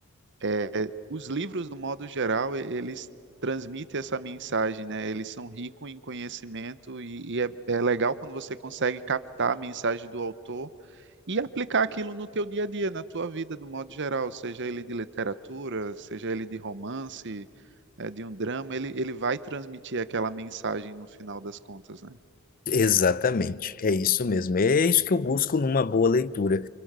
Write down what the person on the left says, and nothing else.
Exatamente, é isso mesmo. É isso que eu busco numa boa leitura.